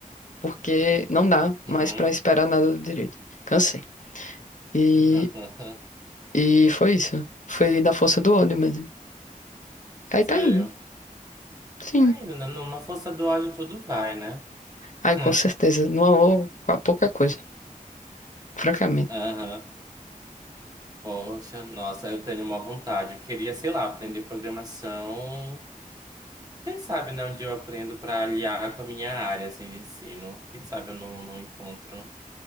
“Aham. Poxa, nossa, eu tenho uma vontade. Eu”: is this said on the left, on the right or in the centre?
Right